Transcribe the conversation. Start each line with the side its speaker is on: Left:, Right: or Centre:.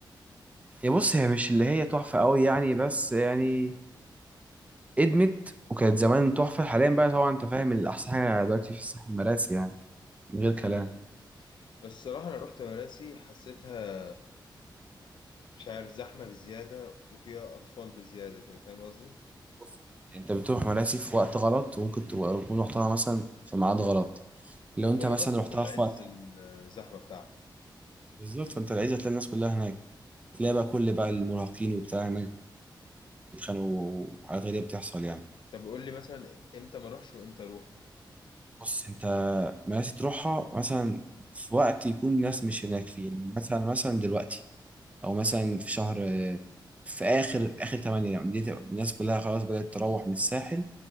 Right: يا بص هي مش اللي هي تحفه قوي يعني بس يعني ادمت وكانت زمان تحفه حاليا بقى طبعا انت فاهم الاحسن حاجه دلوقتي في الساحل مراسي يعني من غير
Left: عنها
Right: كلام
Left: بس الصراحة أنا رحت مراسي حسيتها مش عارف زحمة بزيادة وفيها أطفال بزيادة كده فاهم قصدي؟
Right: بص، انت بتروح مراسي في وقت غلط وممكن تبقى تكون رحتها مثلا في ميعاد غلط لو
Left: أنا
Right: انت
Left: تقريبا
Right: مثلا
Left: رحت
Right: رحتها
Left: في العز
Right: في وقت
Left: الزحمة بتاعها
Right: بالظبط فانت العايز هتلاقي الناس كلها هناك تلاقي بقى كل بقى المراهقين وبتاع هناك بيتخانقوا وحاجات غريبة بتحصل يعني
Left: طب قول لي مثلا إمتى ما أروحش وإمتى أروح؟
Right: بص انت ماشي تروحها مثلا في وقت يكون الناس مش هناك فيه يعني مثلا مثلا دلوقتي او مثلا في شهر آه، في اخر اخر 8 يعني بديت الناس كلها خلاص بدأت تروح من الساحل